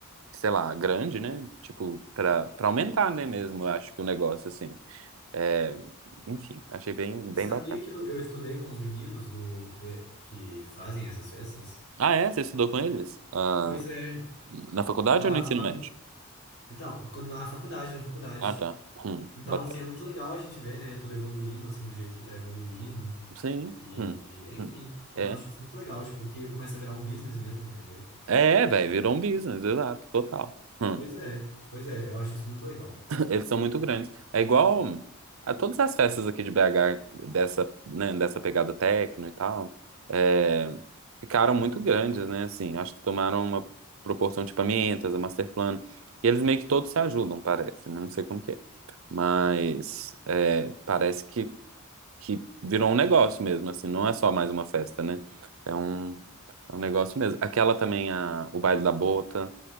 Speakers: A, on the right; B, on the left.
A: sei lá, grande, né? Tipo, pra, pra aumentar, né, mesmo, eu acho que o negócio, assim. É, enfim, achei bem,
B: Você
A: bem
B: sabia
A: bacana.
B: que eu, eu estudei com os meninos do de- que fazem essas festas?
A: Ah, é? Você estudou com eles? Ah,
B: Pois é,
A: na faculdade
B: com a-
A: ou no ensino
B: com a-
A: médio?
B: então, com- na faculdade, na faculdade.
A: Ah, tá. Hum,
B: Então,
A: bacana.
B: assim, é muito legal a gente ver, né, tudo evoluindo, assim, do jeito que tá evoluindo.
A: Sim.
B: E,
A: Hum,
B: e, enfim,
A: hum.
B: eu
A: É,
B: acho isso muito legal, tipo, que começa a virar um business mesmo, entendeu?
A: é, velho,
B: É,
A: virou um business, exato, total. Hum.
B: pois é, pois é, eu acho isso muito legal.
A: Eles são muito grandes. É igual a todas as festas aqui de BH, dessa, né, dessa pegada techno e tal, é, ficaram muito grandes, né? Assim, acho que tomaram uma proporção de Pamientas, a Masterplan. E eles meio que todos se ajudam, parece, né? Não sei como que é. Mas é, parece que, que virou um negócio mesmo, assim, não é só mais uma festa, né? É um, é um negócio mesmo. Aquela também, a, o Baile da Bota,